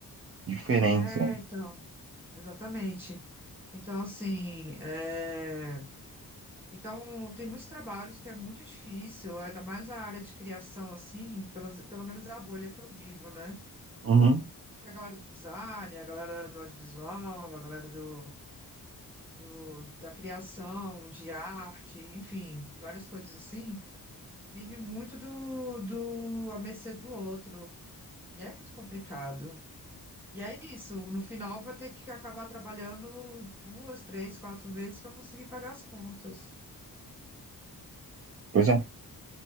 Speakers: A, on the right (about 40°); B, in the centre.
A: diferentes.
B: É,
A: né?
B: então, exatamente. Então, assim, é, então tem muitos trabalhos que é muito difícil, ainda mais a área de criação, assim, pelas, pelo menos é a bolha que eu vivo, né?
A: Uhum.
B: Que é a galera do design, a galera do audiovisual, a galera do, do, da criação, de arte, enfim, várias coisas assim. vive muito do, do à mercê do outro. E é muito complicado. E é isso, no final vai ter que acabar trabalhando duas, três, quatro vezes para conseguir pagar as contas.
A: Pois é.